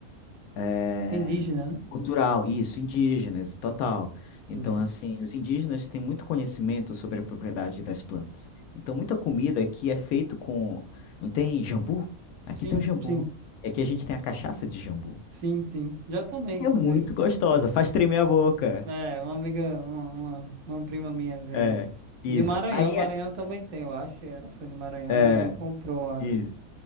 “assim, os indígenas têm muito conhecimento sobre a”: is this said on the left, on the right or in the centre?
Left